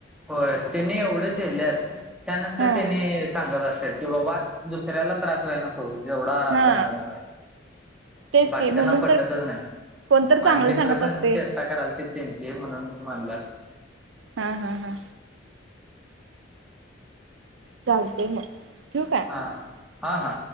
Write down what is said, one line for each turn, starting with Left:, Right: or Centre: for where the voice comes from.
Centre: होय, त्यांनी एवढं झेलल्यात त्यानंतर
Right: हा.
Centre: त्यांनी सांगत असत्यात. कि बाबा दुसऱ्याला त्रास व्होय नको जेवढा
Right: हा
Centre: त्यांना झालाय.
Right: तेच
Centre: बाकीच्यांना
Right: की म्हणून
Centre: पटतंच
Right: तर
Centre: नाही.
Right: कोणतर
Centre: माझी
Right: चांगलं
Centre: मित्र
Right: सांगत
Centre: पण
Right: असते.
Centre: चेष्टा करालतेत त्यांची म्हणून म्हणलं.
Right: हा हा हा. चालतंय मग ठेवू काय?
Centre: हा हा.